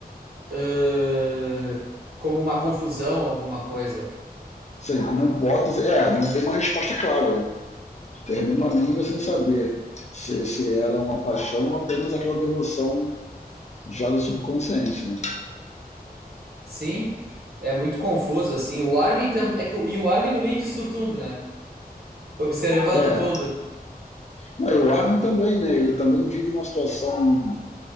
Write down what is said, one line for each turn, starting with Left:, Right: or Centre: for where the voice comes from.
Right: eh, como uma confusão, alguma coisa.
Left: Sim, com uma hipótese. É, não tem uma resposta clara, né? termina o anime sem saber se, se era uma paixão ou apenas aquela devoção já do subconsciente, né?
Right: Sim, é muito confuso, assim. O Armin também. É que, o- e o Armin no meio disso tudo, né? Observando
Left: É.
Right: tudo.
Left: Não, e o Armin também, né? Ele também vive uma situação